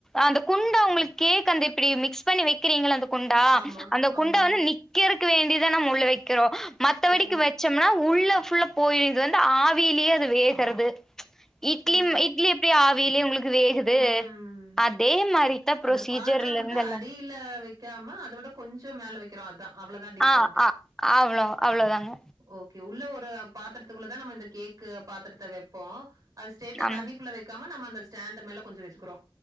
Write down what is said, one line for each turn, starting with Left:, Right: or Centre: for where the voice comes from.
Centre: அந்த குண்ட உங்களுக்கு கேக் அந்த எப்படி மிக்ஸ் பண்ணி வைக்கிறீங்கள அந்த குண்டா
Right: ஆமா,
Centre: அந்த
Right: ஆமா.
Centre: குண்டா வந்து நிக்கிறதுக்கு வேண்டிதான் நம்மா உள்ள வைக்கிறோ மத்தவடிக்கு
Right: ஓ!
Centre: வச்சோம்னா உள்ள புல்ல போயிருது வந்து ஆவியிலயே அது வேகறது இட்லி
Right: ஓ!
Centre: இட்லி எப்படி ஆவிலயே உங்களுக்கு வேகுது
Right: ம்.
Centre: அதே மாரித்தா ப்ரொசீஜர்ல
Right: அந்த பாத்திரம் வந்து
Centre: இருந்து எல்லா
Right: அடியில வைக்காம அத விட கொஞ்ச மேல வைக்க அவ்வளோதான் டிபரெண்ட்டு
Centre: ஆ ஆ அவ்ளோ அவ்ளோதாங்க
Right: ஓகே உள்ள ஒரு பாத்திரத்துக்குள்ள தான் நம்ம இந்த கேக் பாத்திரத்தை வைப்போம் அது ஸ்டேட்ட
Centre: ஆமா
Right: தண்ணிக்குள்ள வைக்காம நம்ம அந்த ஸ்டாண்ட் மேல கொஞ்ச வச்சக்கிறோ